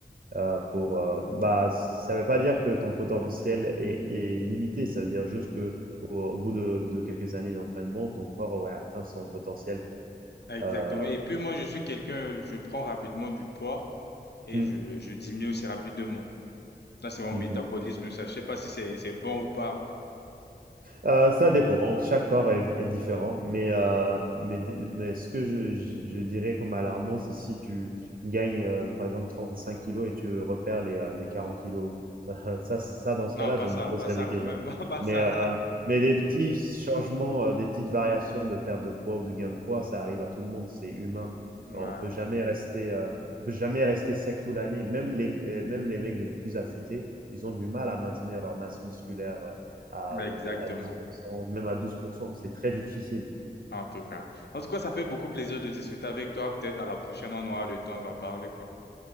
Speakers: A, on the right; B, on the left.
A: Euh, pour, euh, bah, ça ne veut pas dire que ton potentiel est, est limité, ça veut dire juste que au, au bout de, de, quelques années d'entraînement, ton corps aurait atteint son potentiel. Quoi.
B: Ah, Exactement.
A: Euh,
B: Et puis, moi, je suis quelqu'un, je prends rapidement du poids et
A: mm,
B: je, je diminue aussi rapidement. Là, c'est mon
A: mm,
B: métabolisme, ça. Je sais pas si c'est, c'est bon ou pas.
A: Euh, ça dépend. Chaque corps est, di- est différent. Mais, euh, mais, di- mais ce que je, je- je dirais comme alarmant, c'est si tu gagnes, euh, par exemple, 35 kilos et tu repères les, euh, les 40 kilos. <laughs> ça, ça, dans ce
B: Non,
A: cas-là,
B: pas
A: je
B: ça,
A: me poserais
B: pas ça
A: des questions.
B: quand même, <laughs> pas
A: Mais,
B: ça.
A: euh, mais des petits changements, euh, des petites variations de perte de poids ou de gain de poids, ça arrive à tout le monde. C'est humain.
B: Ouais,
A: On peut jamais rester, euh, on peut jamais rester sec toute l'année. Même les, euh, même les mecs les plus affûtés, ils ont du mal à maintenir leur masse musculaire euh, à,
B: ouais,
A: euh,
B: exactement.
A: à dix pour cent même à douze pour cent C'est très difficile.
B: En tout cas. En tout cas, ça fait beaucoup plaisir de discuter avec toi. Peut-être à la prochaine, on aura le temps d'en parler, quoi.